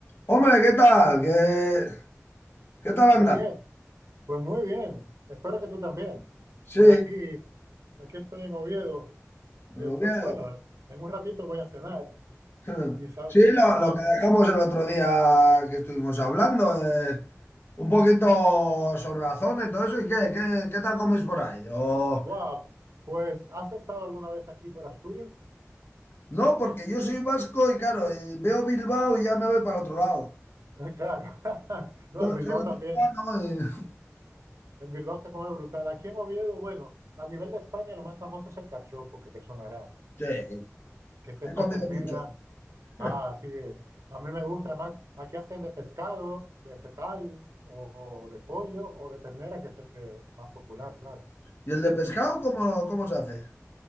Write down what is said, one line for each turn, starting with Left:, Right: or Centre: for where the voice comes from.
Left: Hombre, ¿qué tal? ¿Qué, qué tal anda?
Right: Muy bien, pues muy bien. Espero que tú también.
Left: Sí,
Right: Por aquí, aquí estoy en Oviedo,
Left: lo
Right: que pr-
Left: veo.
Right: bueno, en un ratito voy a cenar
Left: <laughs>
Right: y sabes,
Left: Sí, lo,
Right: sabes,
Left: lo que dejamos el otro día que estuvimos hablando, de un poquito sobre la zona y todo eso. ¿Y qué, qué, qué tal coméis por ahí? O,
Right: wow, pues ¿has estado alguna vez aquí por Asturias?
Left: no, porque yo soy vasco y claro, y veo Bilbao y ya me voy para el otro lado.
Right: <laughs> Claro, <laughs> no,
Left: Yo
Right: en Bilbao
Left: Soy guipuzcoano
Right: también,
Left: y... <laughs>
Right: en Bilbao se come brutal. Aquí en Oviedo, bueno, a nivel de España lo más famoso es el cachopo, que te sonará,
Left: Sí,
Right: que es esa
Left: he comido
Right: ternera
Left: mucho.
Right: Ah,
Left: <laughs>
Right: sí. A mí me gusta. Además, aquí hacen de pescado, vegetal, o, de pollo, o de ternera, que es el que más popular, claro.
Left: ¿Y el de pescado cómo, cómo se hace?